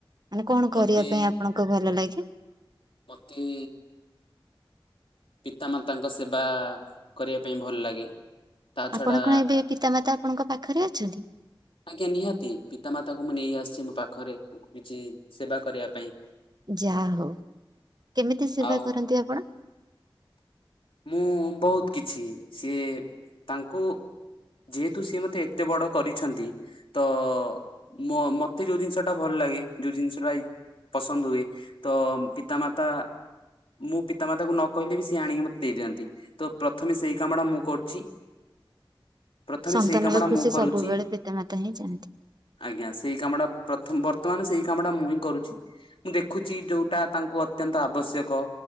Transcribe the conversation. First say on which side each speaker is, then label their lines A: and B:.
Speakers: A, on the right (about 50°); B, on the left (about 85°).
A: ମାନେ କଣ
B: ମତେ
A: କରିବା ପାଇଁ ଆପଣଙ୍କୁ ଭଲ ଲାଗେ?
B: ମତେ ପିତା ମାତାଙ୍କ ସେବା କରିବା ପାଇଁ ଭଲ ଲାଗେ। ତା ଛଡା
A: ଆପଣ କଣ ଏବେ ପିତାମାତା ଆପଣଙ୍କ ପାଖରେ ଅଛନ୍ତି?
B: ଆଜ୍ଞା ନିହାତି ପିତାମାତାଙ୍କୁ ମୁଁ ନେଇ ଆସିଛି ମୋ ପାଖରେ ତାଙ୍କୁ କିଛି ସେବା କରିବା ପାଇଁ।
A: ଯାହା ହଉ କେମିତି ସେବା
B: ଆଉ
A: କରନ୍ତି ଆପଣ?
B: ମୁଁ ବହୁତ କିଛି ସିଏ ତାଙ୍କୁ ଯେହେତୁ ସିଏ ମତେ ଏତେ ବଡ କରିଛନ୍ତି ତ ମ ମତେ ଯୋଉ ଜିନିଷ ଟା ଭଲ ଲାଗେ ଯୋଉ ଜିନିଷ ଟା କି ପସନ୍ଦ ହୁଏ ତ ପିତା ମାତା ମୁଁ ପିତା ମାତାକୁ ନ କହିଲେ ବି ସିଏ ଆଣିକି ମତ୍ ଦେଇ ଦିଅନ୍ତି ତ ପ୍ରଥମେ ସେଇ କାମ ଟା ମୁଁ କରୁଛି। ପ୍ରଥମେ
A: ସନ୍ତାନ
B: ସେଇ କାମଟା
A: ର ଖୁସି
B: ମୁଁ କରୁଛି।
A: ସବୁବେଳେ ପିତା ମାତା ହିଁ ଚାହାନ୍ତି।
B: ଆଜ୍ଞା ସେଇ କାମଟା ପ୍ରଥମ ବର୍ତ୍ତମାନ ସେଇ କାମ ଟା ମୁଁ ହିଁ କରୁଛି ମୁଁ ଦେଖୁଛି ଯୋଉଟା ତାଙ୍କୁ ଅ ଅତ୍ୟନ୍ତ ଆବଶ୍ୟକ